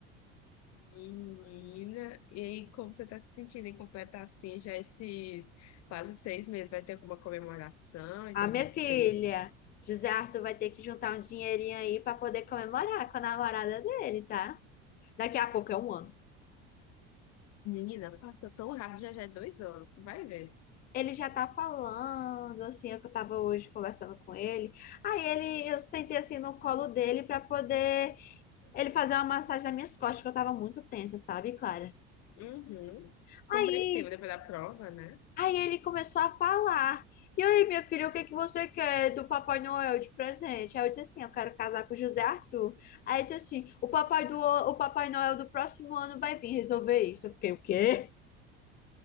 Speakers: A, on the left (about 60°); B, on the left (about 30°).
A: Menina, e aí, como você tá se sentindo em completar assim já esses quase seis meses? Vai ter alguma comemoração entre
B: Ah, minha
A: vocês?
B: filha, José Arthur vai ter que juntar um dinheirinho aí pra poder comemorar com a namorada dele, tá? Daqui a pouco é um ano.
A: Menina, passa tão rápido, já já é dois anos, tu vai ver.
B: Ele já tá falando, assim, eu que tava hoje conversando com ele. Aí ele, eu sentei assim no colo dele pra poder ele fazer uma massagem nas minhas costas, que eu tava muito tensa, sabe, Clara?
A: Uhum.
B: Aí,
A: Compreensível depois da prova, né?
B: aí ele começou a falar. E aí, minha filha, o que que você quer do Papai Noel de presente? Aí eu disse assim, eu quero casar com o José Arthur. Aí ele disse assim, o Papai do, o Papai Noel do próximo ano vai vir resolver isso. Eu fiquei, o quê?